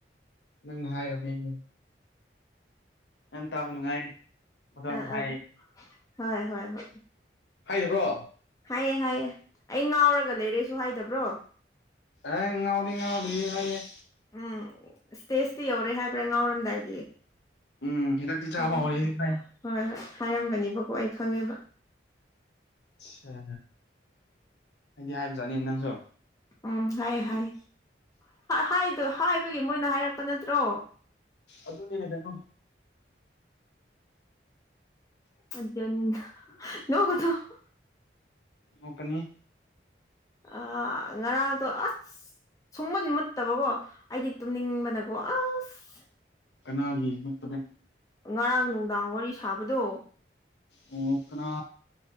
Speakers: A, on the left; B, on the left.
A: ꯅꯪꯅ ꯍꯥꯏꯔꯝꯃ‌ꯦꯌ‌ꯦ ꯌꯥꯝ ꯇꯥꯕ ꯅꯨꯡꯉꯥꯏ ꯑꯗꯨꯃꯥꯏ
B: ꯑꯥ
A: ꯍꯥꯏ
B: ꯑꯥ ꯍꯣꯏ ꯍꯣꯏ ꯍꫭꯏ
A: ꯍꯥꯏꯗꯕ꯭ꯔꯣ
B: ꯍꯥꯏꯌꯦ ꯍꯥꯏꯌꯦꯦ ꯑꯩ ꯉꯥꯎꯔꯒ ꯂꯩꯔꯦꯁꯨ ꯍꯥꯏꯗꯕ꯭ꯔꯣ
A: ꯑꯦ ꯉꯥꯎꯗꯤ ꯉꯥꯎꯗ꯭ꯔꯤ ꯍꯥꯏꯌ‌ꯦ
B: ꯎꯝ ꯏꯁ꯭ꯇꯦꯖꯇꯤ ꯌꯧꯔꯦ ꯍꯥꯏꯕ꯭ꯔꯥ ꯉꯥꯎꯔꯝꯗꯥꯏꯒꯤ
A: ꯎꯝ ꯍꯇꯥꯛꯇꯤ ꯇꯆꯕ
B: ꯑꯣ
A: ꯑꯃ <unintelligible> ꯍꯔꯥꯏ <unintelligible>
B: ꯍꯣꯏ ꯍꯣꯏ ꯍꯥꯏꯔꯝꯒꯅꯦꯕꯀꯣ ꯑꯩ ꯈꯪꯉꯦꯕ
A: ꯑꯆꯥ ꯍꯥꯏꯗꯤ ꯍꯥꯏꯕꯖꯥꯠꯅꯤ ꯅꯪꯁꯨ
B: ꯎꯝ ꯍꯥꯏ ꯍꯥꯏ ꯍꯥꯏꯗ ꯍꯥꯏꯕꯒꯤ ꯃꯣꯏꯅ ꯍꯥꯏꯔꯛꯄ ꯅꯠꯇ꯭ꯔꯣ
A: ꯑꯗꯨꯅ ꯍ‌ꯦꯟꯅꯥ ꯉꯝ
B: ꯃꯗꯟ <unintelligible> ꯅꯣ ꯀꯊ <unintelligible>
A: ꯅꫭꯛꯀꯅꯤ
B: ꯑꯥ ꯉꯔꯥꯡꯗꫭ ꯑꯁ ꯁꯨꯡ ꯃꯨꯠ ꯃꯨꯠꯇꯕꯀꯣ ꯑꯩꯗꯤ ꯇꯨꯝꯅꯤꯡꯕꯅꯀꯣ ꯑꯥꯁ
A: ꯀꯅꯥꯒꯤ ꯃꯨꯠꯄꯅꯦ
B: ꯉꯔꯥꯡ ꯅꯨꯡꯗꯥꯡ ꯋꯥꯔꯤ ꯁꯥꯕꯗꯨ
A: ꯑꯣ ꯀꯅꯥ